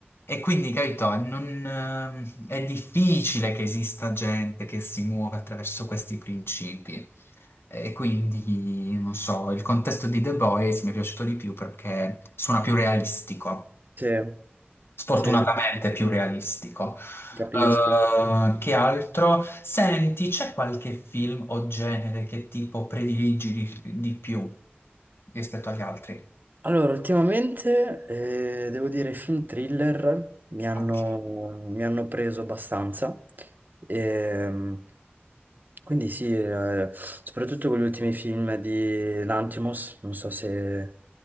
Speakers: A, on the left; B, on the right.
A: E quindi, capito, non, ehm, è difficile che esista gente che si muova attraverso questi principi. E quindi, non so, il contesto di The Boys mi è piaciuto di più perché suona più realistico
B: Sì,
A: sfortunatamente
B: sì, sì,
A: più realistico.
B: capisco.
A: Eh, che altro? Senti, c'è qualche film o genere che tipo prediligi di, di più rispetto agli altri?
B: Allora, ultimamente eh, devo dire i film thriller mi hanno,
A: Ok.
B: mi hanno preso abbastanza, Ehm, quindi sì, eh, soprattutto con gli ultimi film di Lantimos, non so se,